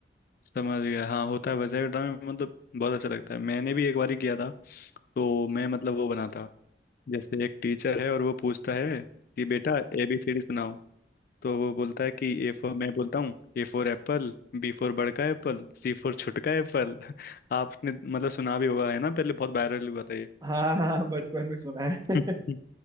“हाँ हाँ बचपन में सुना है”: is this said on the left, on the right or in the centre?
Right